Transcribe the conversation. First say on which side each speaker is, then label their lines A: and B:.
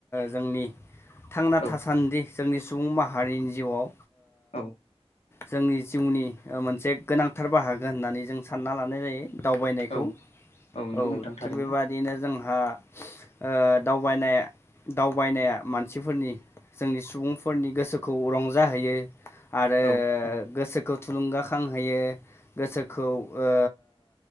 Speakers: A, on the left; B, on the left.
A: जोंनि थांना
B: औ
A: थासान्दि जोंनि सुबुं माहारिनि जिउआव
B: औ
A: जोंनि जिउनि मोनसे गोनांथार बाहागो होननानै जों सानना लानाय जायो। दावबायनायखौ
B: औ नंगौ
A: औ
B: नोंथां
A: थिग
B: थारैनो
A: बेबादिनो जोंहा आ दावबायनाय दावबायनाया मानसिफोरनि जोंनि सुबुंफोरनि गोसोखौ रंजाहोयो। आरो
B: औ औ
A: गोसोखौ थुलुंगाखांहोयो गोसोखौ ओ